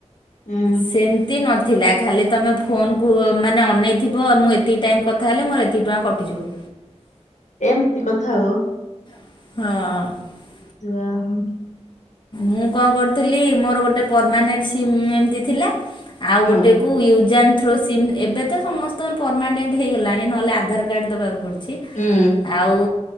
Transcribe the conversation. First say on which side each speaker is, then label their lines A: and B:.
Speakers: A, on the left (about 90°); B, on the left (about 40°).
A: ହୁଁ
B: ସେମତି ନ ଥିଲା ଖାଲି ତୁମେ ଫୋନକୁ ମାନେ ଅନେଇଥିବ, ମୁଁ ଏତିକି ଟାଇମ୍ କଥା ହେଲେ ମୋର ଏତିକି ଟଙ୍କା କଟିଯିବ।
A: ଏମତି କଥା ହୁଅ।
B: ହଁ।
A: ଯା ହଉ।
B: ମୁଁ କଣ କରୁଥିଲି ମୋର ଗୋଟେ ପରମାନେଣ୍ଟ ସିମ୍ ଏମତି ଥିଲା ଆଉ
A: ହୁଁ
B: ଗୋଟେ କୁ ୟୁଜ ଆଣ୍ଡ ଥ୍ରୋ ସିମ୍ ଏବେ ତ ସମସ୍ତଙ୍କ ପରମାନେଣ୍ଟ ହେଇଗଲାଣି ନହେଲେ ଆଧାରକାର୍ଡ ଦବାକୁ ପଡୁ ଚି
A: ହୁଁ
B: ଆଉ